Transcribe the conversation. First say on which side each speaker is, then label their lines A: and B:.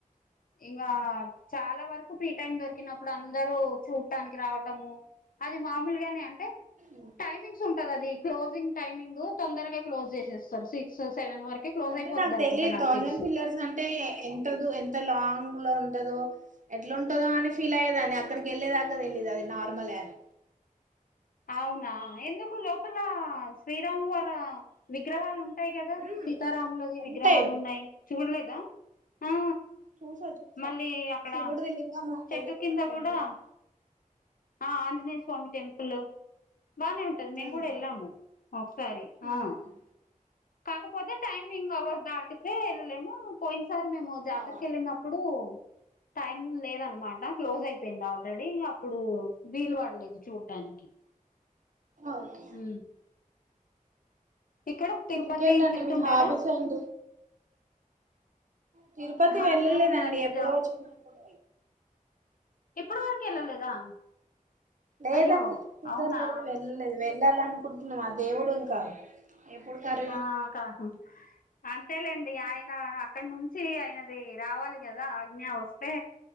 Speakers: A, on the left (about 80°); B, on the right (about 60°).
A: ఇంగా చాలా వరకు ఫ్రీ టైమ్ దొరికినప్ ప్పుడు అందరు చూడటానికి రావటము అది మామూలుగానే అంటే
B: ఉ
A: టైమింగ్స్ ఉంటది అది క్లోజింగ్ టైమింగ్ తొందరగా క్లోజ్ చేసేస్తారు సిక్స్ సెవెన్ వరకు క్లోజ్
B: అంటే
A: అయిపోద్దనుకుంటా
B: నాకు తెలియదు
A: నాకు
B: థౌజండ్
A: తెలిసి
B: పిల్లర్స్ అంటే ఎంతదు ఎంత లాంగ్లో ఉంటదో ఎట్ల ఉంటందో అని ఫీల్ అయ్యేదాని అక్కడికి ఏళ్ళేదాకా తెలిదు అది నార్మలే అని
A: అవునా ఎందుకు లోపల శ్రీరామువర విగ్రహాలు ఉం టయి కదా
B: ఉమ్
A: సీతారాములది
B: ఉంటాయి
A: విగ్రహాలు ఉన్నాయి చూల్లెదా ఆ
B: చూసా చూసా
A: మళ్ళీ అక్కడ
B: శివుడిది లింగముంటాది
A: చెట్టు
B: ఒకటి
A: కింద
B: పెద్దగా
A: కూడా ఆ ఆంజనేయస్వామి టెంపుల్ బానే ఉం అది మేం
B: ఉమ్
A: కూడ ఎల్లాము ఒకసారి
B: ఉమ్
A: ఆ కాకపోతే టైమింగ్ అవర్ దాటితే ఏళ్ళలేము పోయిన సార్ మేము జాతరకి
B: ఆ
A: ఎళ్ళినప్పుడు టైం లేదనమాట క్లోజ్ అయిపోయింది ఆల్రెడీ అప్పుడు వీలు పల్లెదు చూడటనికి
B: ఓకే
A: ఉ ఇక్కడ తిరుపతి
B: ఇంకేంటండి
A: వెళ్తుంటారా
B: మీ హాబీస్ ఏంటి తిరుపతి వెళ్ళలేదండి
A: అదేముందండి
B: ఎప్పుడో
A: జ
B: చిన్నప్పుడు
A: ఇప్పుడు వరకు వెళ్ళలేదా
B: లేదండి
A: అయ్యో
B: కుదరలేదు
A: అవునా
B: వెళ్ళలేదు వెళ్ళాలి అనుకుంటున్నాం ఆ దేవుడు ఇంకా ఎప్పుడు కాదు
A: ఆ కాదు అంతేలేండి ఆయన అక్కడ నుంచి ఆయనది రావాలి కదా ఆజ్ఞ వస్తే